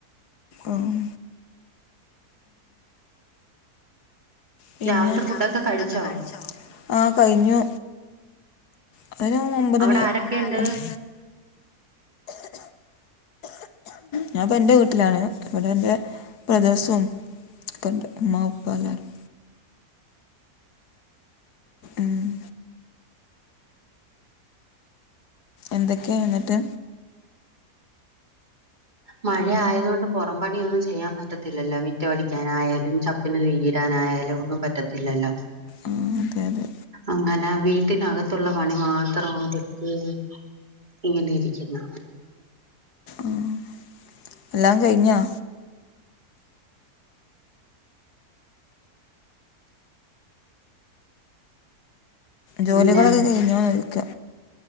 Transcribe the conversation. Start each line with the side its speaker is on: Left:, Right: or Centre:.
Left: ആഹ് പിന്നെ.
Right: രാവിലത്തെ ഫുഡൊക്കെ
Left: രവില്ത്തെ ഫുഡോക്കെ
Right: കഴിച്ചോ
Left: കഴിച്ചൊ? ആഹ് കഴിഞ്ഞു. അതൊരു ഒമ്പതണി
Right: അവിടെ ആരൊക്കെയുണ്ട്
Left: ഒ അവടെ ആരൊക്കെണ്ട്? ഞാൻ പ്പൊ എന്റെ വീട്ട്ലാണ്. ഇവടെ എന്റെ ബ്രദേഴ്സും ഒക്കണ്ട്. ഉമ്മ, ഉപ്പ എല്ലാരും ആഹ് എന്തൊക്കെയാന്ന്ട്ട്.
Right: മഴ ആയതുകൊണ്ട് പൊറം പണിയൊന്നും ചെയ്യാൻ പറ്റത്തില്ലല്ലൊ. മിറ്റൊ അടിക്കാനായാലും ചപ്പിന് തീയ്യ് ടാനായാലും ഒന്നും പറ്റത്തില്ലല്ലൊ.
Left: ആ അതെ അതെ
Right: അങ്ങനെ വീട്ടിനകത്തുള്ള പണി മാത്രം <unintelligible> ഇങ്ങനെ ഇരിക്കുന്നു.
Left: ആഹ് എല്ലാം കഴിഞ്ഞൊ?
Right: പിന്നെ
Left: ജോലികളൊക്കെ കഴിഞ്ഞൊ ചോയിക്ക.